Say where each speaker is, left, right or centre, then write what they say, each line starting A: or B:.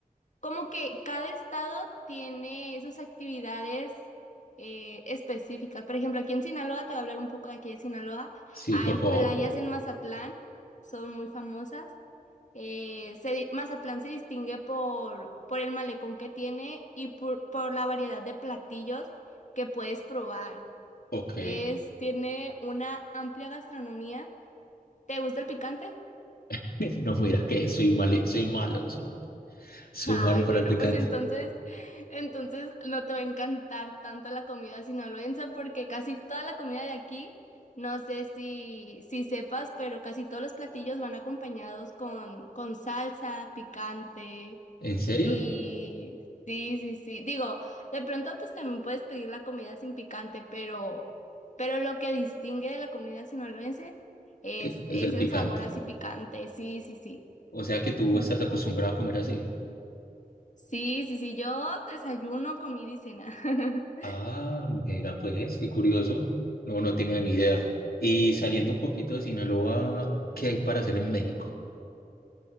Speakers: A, on the left (about 50°); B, on the left (about 80°).
A: como que cada estado tiene sus actividades eh, específicas. Por ejemplo, aquí en Sinaloa, te voy a hablar un poco de aquí de Sinaloa,
B: sí,
A: hay
B: por favor.
A: playas en Mazatlán, son muy famosas. Eh, se di- Mazatlán se distingue por, por el malecón que tiene y por, por la variedad de platillos que puedes probar.
B: Ok.
A: Es, tiene una amplia gastronomía. ¿Te gusta el picante?
B: <laughs> No, mira que soy mal, soy malo, soy, soy
A: Ay,
B: malo para
A: bueno,
B: el picante.
A: pues entonces, entonces no te va a encantar tanto la comida sinaloense porque casi toda la comida de aquí, no sé si, si sepas, pero casi todos los platillos van acompañados con, con salsa, picante
B: ¿En serio?
A: y sí, sí, sí. Digo, de pronto pues también puedes pedir la comida sin picante, pero, pero lo que distingue de la comida sinaloense es,
B: Es, es
A: es
B: el
A: el
B: picante.
A: sabor así picante, sí, sí, sí. <clears throat>
B: O sea que tú estás acostumbrado a comer así.
A: Sí, sí, sí, yo desayuno, comida y cena. <laughs>
B: Ah, mira, pues, qué curioso. No, no tenía ni idea. Y saliendo un poquito de Sinaloa, ¿qué hay para hacer en México?